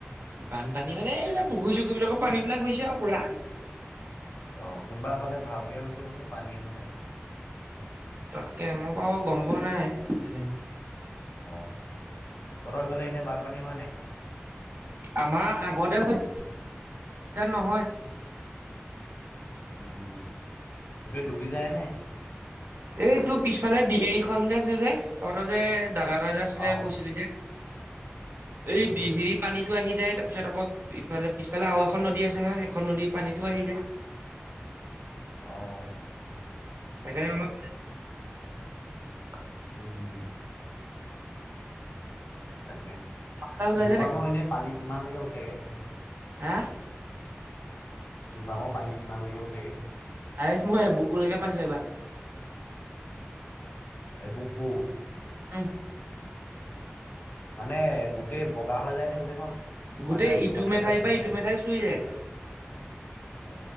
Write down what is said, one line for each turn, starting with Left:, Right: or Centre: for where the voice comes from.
Right: বানপানী মানে এইবিলাক পুখুৰী চুখুৰী বিলাকৰ পানী বিলাক হৈছে আৰু পুৰা
Left: আহ কোনোবা হাললে ভালকে হৈছে বোলে পানী হাললে
Right: তাকে মই বাৰু গম পোৱা নাই তেনেকে
Left: অ ততই ইফালে এনে বানপানী হয় ন
Right: আমাৰ আগতে হৈ নহয়,
Left: উম বোলে ডুবি যায় নে
Right: এইটোোৰ পিছফালে ডহেৰিখনন যে আছে যে তহত যে দাৰা ৰাজা আছিলে
Left: অ
Right: কৈছিলি যে
Left: উম
Right: এই ডিহিৰি
Left: উম
Right: পানীতটো আহি যায় তাৰপিছত আকৌ ইফালে পিছফালে আৰু এখন নদী আছে ন সেইখন নদী পানীতো আহি যায় <inaudible>
Left: আহ
Right: সেইকাৰণে আ মাল <unintelligible>
Left: উম তাকে
Right: চাচ ওলাইছে
Left: দুপাঙৰ
Right: নাই?
Left: এনে পানী কিমানলৈকে উঠেগে।
Right: হা
Left: দুবাঙৰ পানী কিমান লকে উঠেগে।
Right: হাইছ মই এবুকুলৈকে পাইছো এইবা।
Left: এবুকু।
Right: উহ
Left: মানে গোটেই বগা হৈ যায় নে গোটেইখন
Right: গোটেই
Left: মাথা
Right: ইটো
Left: মাথাই
Right: মেঠাই
Left: পৰা সিটো
Right: বা
Left: মাথাই
Right: ইটো মেঠাই চুই যায়।
Left: অ,